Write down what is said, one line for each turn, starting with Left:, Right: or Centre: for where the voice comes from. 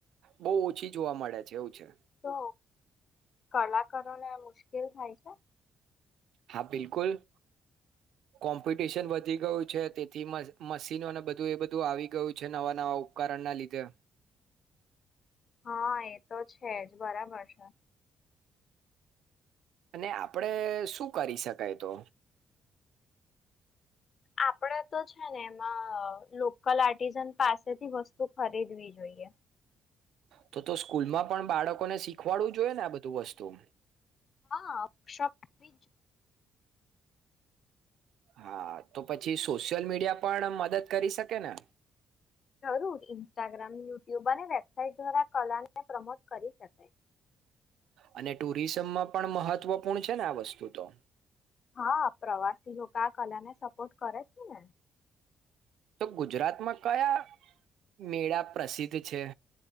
Right: બહુ ઓછી જોવા મળે છે છે
Left: તો કલાકારો ને મુશ્કેલ થાય છે
Right: હા બિલકુલ કોમ્પિટિશન વધી ગયું છે તેથી મશીનોને બધું એ બધું આવી ગયું છે નવા નવા ઉપકરણ ના લીધે
Left: હા એ તો છે જ બરાબર છે
Right: અને આપડે શું કરી શકાય તો
Left: આપડે તો છે ને એમાં લોકલ આર્ટિઝન પાસેથી વસ્તુ ખરીદવી જોઈએ
Right: તો તો સ્કૂલમાં પણ બાળકોને શીખવાડવું જોઈએ ને આ બધું વસ્તુ
Left: હા શોપ્રીજ
Right: હા તો પછી સોશિયલ મીડિયા પણ મદદ કરી શકે ને
Left: હું ઇન્સ્ટાગ્રામ ન યુબાની વેબસાાઈટ દ્વારા કલાને પ્રમોટ કરી શકાય
Right: અને ટુરિઝમમાં પણ મહત્વપૂર્ણ છે ને આ વસ્તુ તો
Left: હા પ્રવાસી લોકો આ કલા ને સપોર્ટ કરે છે ને
Right: તો ગુજરાતમાં કયા મેળા પ્રસિદ્ધ છે